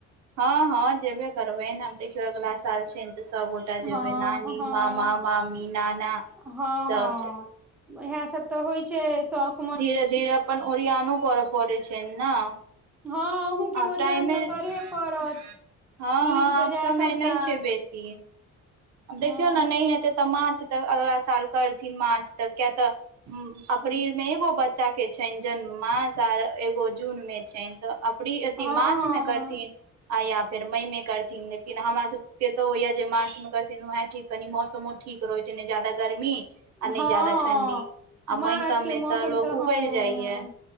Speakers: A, on the right (about 60°); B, in the centre.
A: हँ हँ जेबे करबै आब देखियौ अगिला साल छै तऽ सबगोटा
B: हँ
A: जेबै नानी
B: हँ
A: मामा मामी नाना
B: हँ
A: सब
B: हँ
A: जेतेय
B: इएह सब तऽ होइ छै शौक
A: धीरे धीरे अपन ओरियानो करऽ पड़ै छैन नऽ
B: हँ अहूँ के
A: आब
B: ओरियन
A: टायमे
B: तऽ
A: हँ
B: करहे पड़त नीक
A: हँ आब
B: बेजाय
A: समय
B: सबटा
A: नहि छै बेसी आब
B: हँ
A: देखियौ ने नहि हेतै तऽ मार्च तक अगिला साल करथिन मार्च तक कियातऽ उ अप्रील
B: हँ
A: मे एगो बच्चा के छनि जन्म मास आर एगो जून मे छनि तऽ अप्र अथी
B: हँ
A: मार्च मे करथिन आ या फेर मई मे करथिन लेकिन हमर सभके तऽ होइया जे मार्च मऽ करथिन तनू है ठीक कहनी मौसमो ठीक रहो छै ने ज्यदा गर्मी आ
B: हँ
A: नहि ज्यदा ठंडी आ
B: मार्च
A: मई सब
B: के
A: में
B: मौसम
A: तऽ लोग
B: हँ
A: उबेल
B: हँ
A: जाइये